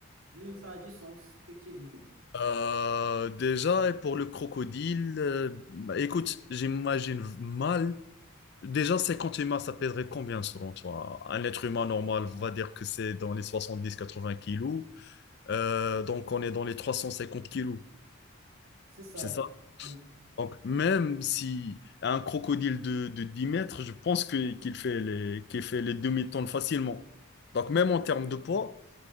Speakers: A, on the right; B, on the left.
A: Mm, ça a du sens, effectivement.
B: Euh, déjà, et pour le crocodile, euh, bah, écoute, j'imagine mal Déjà, 50 humains, ça pèserait combien selon toi? Un être humain normal, on va dire que c'est dans les soixante-dix, quatre-vingts kilos. Euh, donc, on est dans les 350 kilos,
A: C'est ça,
B: c'est
A: oui.
B: ça?
A: Mm.
B: Donc, même si un crocodile de, de 10 mètres, je pense que qu'il fait les, qu'il fait les demi-tonnes facilement. Donc, même en termes de poids,